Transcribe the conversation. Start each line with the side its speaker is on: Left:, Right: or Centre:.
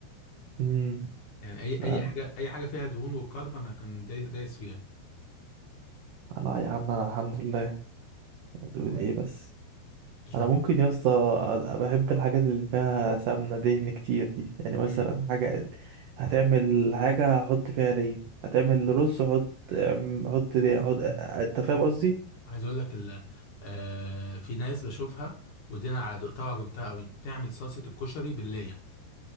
Right: امم
Left: يعني اي
Right: لا
Left: اي حاجه اي حاجه فيها دهون وكرب انا كنت دايس دايس فيها
Right: لا يا عم انا الحمد لله تقول ايه بس
Left: طب
Right: انا ممكن يا اسطى أ- بحب الحاجات اللي فيها سمنه دهن كتير دي يعني مثلا
Left: مم.
Right: حاجه هتعمل حاجه احط فيها ليا هتعمل رز احط أم- احط دي احط انت فاهم قصدي
Left: عايز اقول لك ال... آه في ناس بشوفها ودينا على دقتها وعجبتها قوي بتعمل صلصه الكشري بالليه